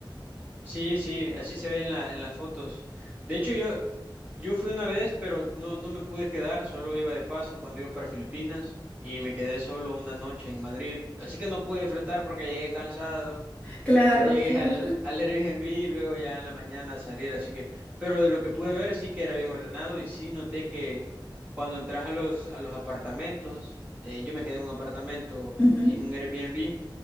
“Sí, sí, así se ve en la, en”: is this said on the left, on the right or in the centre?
Right